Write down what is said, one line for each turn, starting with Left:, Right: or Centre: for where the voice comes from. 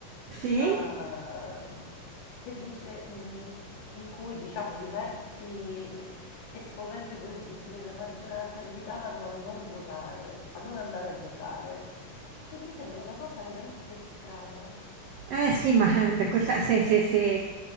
Right: Sì?
Left: ehm, che dice, mh, in cui diciamo diversi esponenti politici della maggioranza invitavano a non votare, a non andare a votare, che mi sembra una cosa veramente strana.
Right: Eh sì, ma <laughs> eh, da questa, se, se- se